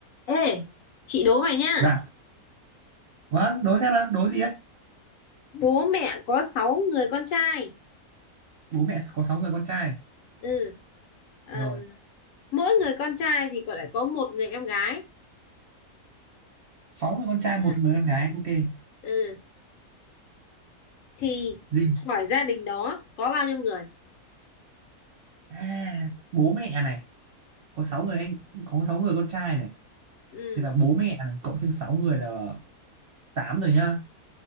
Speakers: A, on the left; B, on the right.
A: Ê, chị đố mày nhá.
B: Dạ, vâng, đố xem nào, đố gì đấy?
A: Bố mẹ có 6 người con trai.
B: Bố mẹ có 6 người con trai.
A: Ừ. Ờm,
B: Rồi,
A: mỗi người con trai thì còn lại có một người em gái.
B: 6 người con
A: Được
B: trai,
A: chưa?
B: một người con gái, ok.
A: Ừ. Thì
B: Gì?
A: hỏi gia đình đó có bao nhiêu người?
B: À, bố mẹ này, có 6 người anh, có 6 người con trai này.
A: Ừ.
B: Thì là bố mẹ này, cộng thêm 6 người là 8 rồi nhá.